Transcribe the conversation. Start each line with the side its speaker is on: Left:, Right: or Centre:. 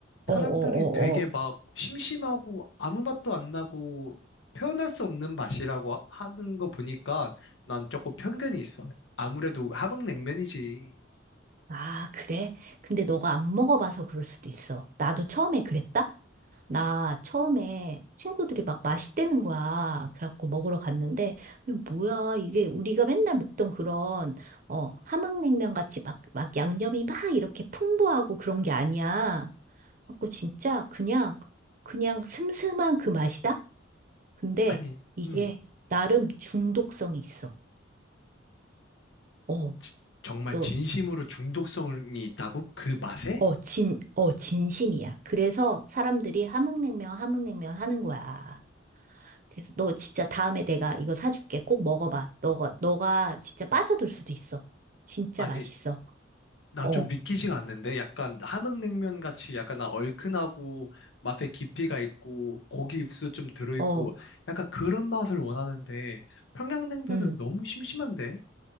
Right: 어,
Left: 사람들이
Right: 어, 어,
Left: 되게
Right: 어.
Left: 막 심심하고 아무 맛도 안 나고 표현할 수 없는 맛이라고 하- 하는 거 보니까 난 조금 편견이 있어. 아무래도 함흥냉면이지.
Right: 아, 그래? 근데 너가 안 먹어봐서 그럴 수도 있어. 나도 처음에 그랬다? 나 처음에 친구들이 막 맛있대는 거야. 그래갖고 먹으러 갔는데, 이게 뭐야, 이게 우리가 맨날 먹던 그런, 어, 함흥냉면 같이 막, 막 양념이 막 이렇게 풍부하고 그런 게 아니야. 그래갖고 진짜 그냥, 그냥 슴슴한 그 맛이다? 근데
Left: 아니,
Right: 이게
Left: 음.
Right: 나름 중독성이 있어. 어,
Left: 지- 정말
Right: 또,
Left: 진심으로 중독성이 있다고? 그 맛에?
Right: 어, 진, 어, 진심이야. 그래서 사람들이 함흥냉면, 함흥냉면 하는 거야. 그래서 너 진짜 다음에 내가 이거 사줄게. 꼭 먹어봐. 너가, 너가 진짜 빠져들 수도 있어. 진짜
Left: 아니,
Right: 맛있어.
Left: 나
Right: 어,
Left: 좀 믿기지가 않는데? 약간 함흥냉면 같이 약간 나 얼큰하고 맛에 깊이가 있고 고기 육수 좀 들어있고
Right: 어,
Left: 약간 그런 맛을 원하는데 평양냉면은
Right: 음,
Left: 너무 심심한데?